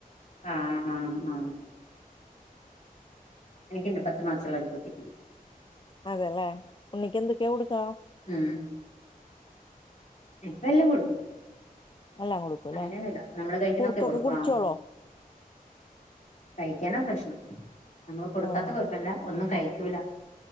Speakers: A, on the left; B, on the left.
A: ആ ആ ആ എനിക്ക് ഇണ്ട് പത്ത് മാസള്ള ഒരു കുട്ടി.
B: അതേല്ലേ? ഉണ്ണിക്ക് എന്ത്ക്കെയാ കൊടുക്കാ?
A: ഉം ഇപ്പ എല്ലാം കൊടുക്കും
B: എല്ലാം കൊടുക്കുംല്ലേ
A: അങ്ങനെയൊന്നുമില്ല നമ്മള് കഴിക്കുന്നൊക്കെ
B: കുറുക്കൊക്കെ
A: കൊടുക്കും
B: കുടിച്ചോളോ?
A: ആ കുടിക്കാന പ്രശ്നം നമ്മള് കൊടുക്കാത്ത
B: ആഹ്
A: കൊഴപ്പല്ല ഒന്നും കഴി ക്കൂല